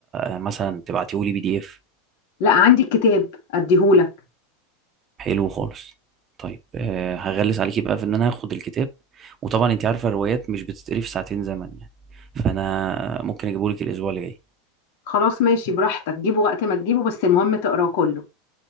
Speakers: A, on the right; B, on the left.
A: آه، مثلا تبعتيه لي بي دي اف
B: لا عندي الكتاب اديهولك
A: حلو خالص طيب آه، هغلس عليكي بقى في ان انا هاخد الكتاب وطبعا انت عارفه الروايات مش بتتقري في ساعتين زمن يعني فانا ممكن اجيبهولك الاسبوع اللي جاي
B: خلاص ماشي براحتك جيبه وقت ما تجيبه بس المهم تقراه كله